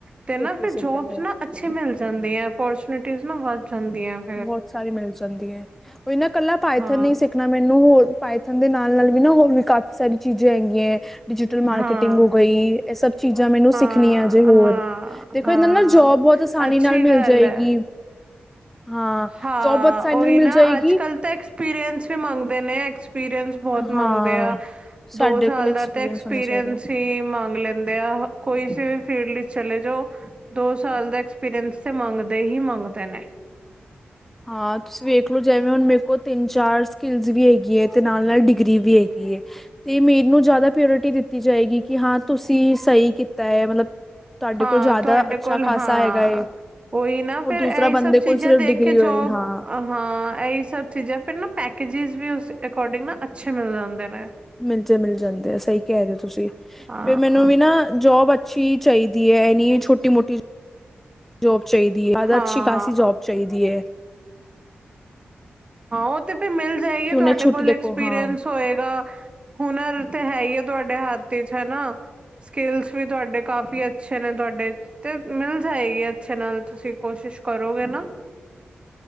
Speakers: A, on the right; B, in the centre.
A: ਤੇ
B: ਖੁਦ
A: ਨਾ
B: ਤੋਂ
A: ਫਿਰ
B: ਸਿੱਖਿਆ
A: ਜੋਬਸ
B: ਦਾ
A: ਨਾ। ਅੱਛੇ ਮਿਲ ਜਾਂਦੇ ਹੈ ਅਪੋਰਚਨਿਟੀਜ਼ ਨਾ ਵੱਧ ਜਾਂਦੀਆਂ ਹੈ।
B: ਬਹੁਤ ਸਾਰੀ ਮਿਲ ਜਾਂਦੀ ਹੈ ਉਹ ਇਹਨਾਂ ਕੱਲਾ ਪਾਈਥਨ
A: ਹਾਂ
B: ਨਹੀਂ ਸਿੱਖ। ਸਿੱਖਣਾ ਮੈਨੂੰ ਹੋਰ ਪਾਈਥਨ ਦੇ ਨਾਲ ਨਾਲ ਵੀ ਨਾ ਹੋਰ ਵੀ ਕਾਫੀ ਸਾਰੀ ਚੀਜ਼ਾਂ ਹੈਗੀਆਂ। ਡਿਜੀਟਲ ਮਾਰਕੀਟਿੰਗ
A: ਹਾਂ
B: ਹੋ ਗਈ। ਇਹ ਸਬ ਚੀਜ਼ਾਂ ਮੈਨੂੰ
A: ਹਾਂ
B: ਸਿੱਖਣੀ ਹਜੇ ਹੋਰ।
A: ਹਾਂ
B: ਦੇਖੋ
A: ਹਾਂ
B: ਇਹਨਾਂ ਨਾਲ ਜੋਬ ਬਹੁਤ ਆਸਾਨੀ
A: ਅੱਛੀ
B: ਨਾਲ
A: ਗੱਲ
B: ਮਿਲ ਜਾਏਗੀ।
A: ਹੈ
B: ਹਾਂ
A: ਹਾਂ
B: ਜੋਬ ਬਹੁਤ ਆਸਾਨੀ
A: ਉਹੀ
B: ਨਾਲ ਮਿਲ
A: ਨਾ
B: ਜਾਏਗੀ
A: ਅੱਜ ਕੱਲ ਤਾਂ ਐਕਸਪੀਰੀਐਂਸ ਵੀ ਮੰਗਦੇ ਨੇ। ਐਕਸਪੀਰੀਐਂਸ ਬਹੁਤ
B: ਹਾਂ
A: ਮੰਗਦੇ ਆ
B: ਸਾਡੇ
A: ਦੋ ਸਾਲ
B: ਕੋਲ ਐਕਸਪੀਰੀਅੰਸ
A: ਦਾ ਤੇ ਐਕਸਪੀਰੀਐਂਸ
B: ਹੋਣਾ ਚਾਹੀਦਾ
A: ਹੀ ਮੰਗ ਲੈਂਦੇ। ਲੈਂਦੇ ਦੇ ਆ ਕੋਈ ਵੀ ਫੀਲਡ ਵਿੱਚ ਚਲੇ ਜੋ। ਦੋ ਸਾਲ ਦਾ ਐਕਸਪੀਰੀਐਂਸ ਤੇ ਮੰਗਦੇ ਹੀ ਮੰਗਦੇ ਨੇ।
B: ਹਾਂ ਤੁਸੀਂ ਵੇਖਲੋ। ਜਿਵੇਂ ਹੁਣ ਮੇਰੇ ਕੋਲ ਤਿੰਨ ਚਾਰ ਸਕਿਲਸ ਵੀ ਹੈਗੀ ਹੈ। ਤੇ ਨਾਲ ਨਾਲ ਡਿਗਰੀ ਵੀ ਹੈਗੀ ਹੈ। ਤੇ ਮੈਨੂੰ ਨੂੰ ਜ਼ਿਆਦਾ ਪ੍ਰਾਓਰਟੀ ਦਿੱਤੀ ਜਾਏਗੀ। ਕਿ ਹਾਂ ਤੁਸੀਂ ਸਹੀ ਕੀਤਾ ਹੈ ਮਤਲਬ। ਤੁਹਾਡੇ
A: ਹਾਂ
B: ਕੋਲ ਜ਼ਿਆਦਾ
A: ਤੁਹਾਡੇ
B: ਅੱਛਾ
A: ਕੋਲ
B: ਖਾਸਾ
A: ਹਾਂ
B: ਹੈਗਾ ਏ
A: ਉਹੀ ਨਾ ਫਿਰ
B: ਔਰ ਦੂਸਰਾ
A: ਇਹੀ
B: ਬੰਦੇ
A: ਸਭ ਚੀਜ਼ਾਂ
B: ਕੋਲ ਸਿਰਫ
A: ਦੇਖ।
B: ਡਿਗਰੀ
A: ਕੇ
B: ਹੋਏ
A: ਜੋਬ
B: ਹਾਂ
A: ਹਾਂ ਇਹੀ ਸਭ ਚੀਜ਼ਾਂ ਫਿਰ ਨਾ ਪੈਕੇਜਿਸ ਵੀ ਉਸ ਅਕੋਰਡਿੰਗ ਨਾ। ਅੱਛੇ ਮਿਲ ਜਾਂਦੇ ਨੇ।
B: ਮਿਲ ਜੇ ਮਿਲ ਜਾਂਦੇ ਆ ਸਹੀ ਕਹਿ ਰਹੇ ਹੋ। ਤੁਸੀਂ
A: ਹਾਂ
B: ਫਿਰ ਮੈਨੂੰ ਵੀ ਨਾ ਜੋਬ। ਅੱਛੀ ਚਾਹੀਦੀ ਹੈ। ਇਹ ਨਹੀਂ ਛੋਟੀ ਮੋਟੀ ਜੋਬ ਚਾਹੀਦੀ ਹੈ। ਜ਼ਿਆਦਾ
A: ਹਾਂ
B: ਅੱਛੀ ਖਾਸੀ ਜੋਬ। ਚਾਹੀਦੀ ਏ।
A: ਹਾਂ ਉਹ ਤੇ ਫਿਰ ਮਿਲ ਜਾਏਗੀ
B: ਕਿ ਉਹਨੇ
A: ਤੁਹਾਡੇ
B: ਛੁੱਟੀ
A: ਕੋਲ
B: ਦੇਖੋ
A: ਐਕਸਪੀਰੀਐਂਸ
B: ਹਾਂ ਦੇ
A: ਹੋਏਗਾ। ਹੁਨਰ ਤੇ ਹੈ ਹੀ ਆ ਤੁਹਾਡੇ ਹੱਥ ਵਿਚ ਹਨਾ। ਸਕਿਲਸ ਵੀ ਤੁਹਾਡੇ ਕਾਫੀ ਅੱਛੇ ਨੇ ਤੁਹਾਡੇ ਤੇ ਮੈਂ। ਹੈ ਹੀ ਹੈ। ਅੱਛੇ ਨਾਲ ਤੁਸੀਂ ਕੋਸ਼ਿਸ਼ ਕਰੋਗੇ ਨਾ।